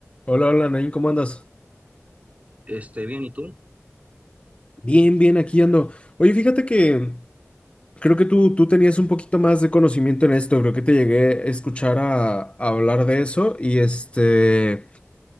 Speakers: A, on the left; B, on the right.
A: Hola, hola, Nain, ¿cómo andas?
B: Este, bien, ¿y tú?
A: Bien, bien, aquí ando. Oye, fíjate que creo que tú, tú tenías un poquito más de conocimiento en esto, creo que te llegué a escuchar a, a hablar de eso y este,